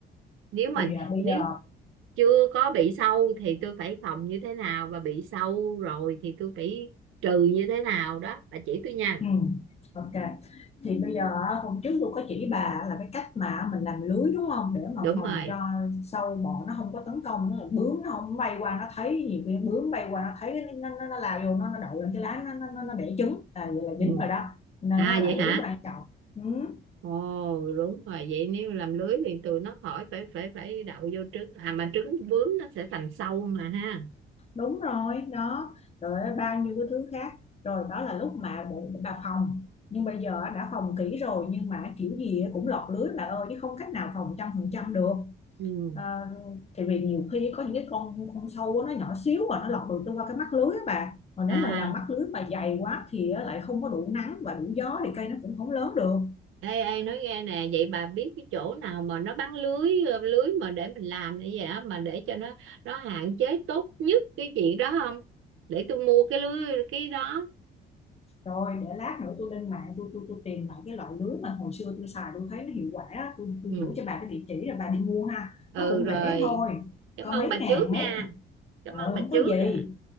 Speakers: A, on the right; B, on the left.
A: nếu mà
B: Thì à, bây
A: nếu
B: giờ
A: chưa có bị sâu thì tôi phải phòng như thế nào và bị sâu rồi thì tôi phải trừ như thế nào đó bà chỉ tôi nha
B: Ừ, ok. Thì bây giờ á, hôm trước tôi có chỉ bà là cái cách mà mình làm lưới đúng không? Để mà
A: đúng
B: phòng
A: rồi
B: cho sâu bọ nó không có tấn công, nó bướm nó không bay qua nó thấy nhiều khi bướm bay qua nó thấy cái- nó nó, nó lao vô nó nó đậu lên cái lá nó nó nó, nó đẻ trứng là vậy là
A: ừ.
B: dính rồi đó. Nên
A: à
B: nó là
A: vậy
B: lưới
A: hả
B: quan trọng. Ừ,
A: ồ đúng rồi vậy nếu làm lưới thì tụi nó khỏi phải phải phải đậu vô trứng à mà trứng bướm nó sẽ thành sâu mà ha
B: đúng rồi, đó. Rồi bao nhiêu cái thứ khác. Rồi đó là lúc mà để, để bà phòng nhưng bây giờ đã phòng kỹ rồi nhưng mà kiểu gì cũng lọt lưới bà ơi chứ không cách nào phòng trăm phần trăm được
A: ừ.
B: À, tại vì nhiều khi có những cái con con sâu nó nhỏ xíu và nó lọt được qua cái mắt lưới á bà còn
A: à
B: nếu mà làm mắt lưới mà dày quá thì á, lại không có đủ nắng và đủ gió thì cây nó cũng không lớn được
A: Ê, ê, nói nghe nè, vậy bà biết cái chỗ nào mà nó bán lưới ờ, lưới mà để mình làm như vậy á, mà để cho nó nó hạn chế tốt nhất cái chuyện đó không? Để tôi mua cái lưới cái đó.
B: rồi để lát nữa tôi lên mạng tôi tôi tôi tìm lại cái loại lưới mà hồi xưa tôi xài tôi thấy nó hiệu quả á. tôi tôi
A: Ừ.
B: gửi cho bà cái địa chỉ rồi bà đi mua ha
A: Ừ
B: nó cũng
A: rồi.
B: rẻ thôi
A: Cảm
B: có
A: ơn
B: mấy
A: bà
B: ngàn
A: trước
B: mét
A: nha. Cảm
B: ờ,
A: ơn bà
B: không
A: trước
B: có gì
A: à.